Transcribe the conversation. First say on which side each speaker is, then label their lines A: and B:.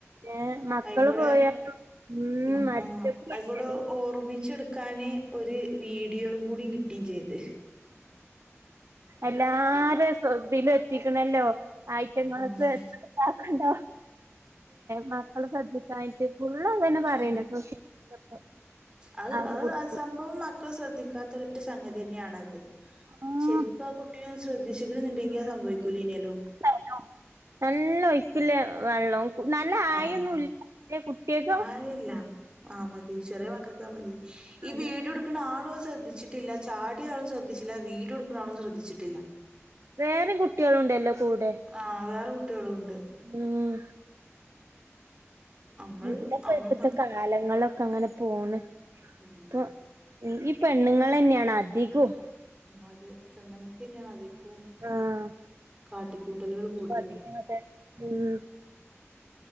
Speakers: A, on the right; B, on the right.
A: ഏഹ് മക്കള്
B: അയിക്കൂടെ
A: പോയാലും ഉം
B: മ
A: മരിച്ചപ്പോലേക്കാരം
B: ആഹ് അയിക്കൂടെ ഓർമിച്ചെടു ക്കാന് ഒരു വീഡിയോ കൂടി കിട്ടേം ചെയ്ത്
A: എല്ലാരെ സൊ ഇതില് എത്തിക്കണല്ലോ ഐറ്റങ്ങൾക്ക്
B: ആഹ്
A: <unintelligible> ല്ലേ മക്കളെ ശ്രദ്ധിക്കാഞ്ഞിട്ട് ഫുള്ള് അതന്നെ പറയണെ
B: ഉം
A: സോഷ്യൽ മീഡിയയിലൊക്കെ
B: അത്
A: ആരെ
B: അത്
A: കുറിച്ച്
B: ആ സംഭവം മക്ക് ക്കളെ ശ്രദ്ധിക്കാത്ത ഒരൊറ്റ സംഗതി തന്നെയാണത്
A: ആഹ്
B: ശരിക്ക് ആ കുട്ടീനെ ഒന്ന് ശ്രദ്ധിച്ചിക്കണ്ന്ന്ണ്ടെങ്കി അത് സംഭവിക്കൂലെനിയല്ലോ
A: <unintelligible> നല്ല ഒയ്ക്ക്ള്ള വെള്ളം നല്ല ആയൊന്നുല്ല
B: ആഹ്
A: <unintelligible> കുട്ടിയേക്ക്
B: ആയില്ല ആ മതി ചെറിയ മക്കക്ക് അത് മതി ഈ
A: അതെ
B: വീഡിയോട് ടുക്കണ ആളു അത് ശ്രദ്ധിച്ചിട്ടില്ല ചാടിയാളും ശ്രദ്ധിച്ചില്ല വീഡിയോ എടുക്കണ ആളും ശ്രദ്ധിച്ചിട്ടില്ല
A: വേറേം കുട്ടിയേളുണ്ടല്ലോ കൂടെ
B: ആഹ് വേറെ കുട്ടികളും ഉണ്ട്
A: ഉം
B: നമ്മള്
A: എന്തപ്പ
B: നമ്മളെ
A: ഇപ്പത്തെ
B: മക്ക
A: കാലങ്ങളൊക്കെ അങ്ങനെ പോണ്
B: ഉം
A: ഇപ്പൊ ഉം ഈ പെണ്ണുങ്ങളെന്നെയാണ് അതികോം
B: ഉം അതെ പെണ്ണുങ്ങക്ക് തന്നെയാണ് അതികോം
A: ആഹ്
B: കാട്ടിക്കൂട്ടലുകൾ കൂ
A: <unintelligible> അതെ ഉം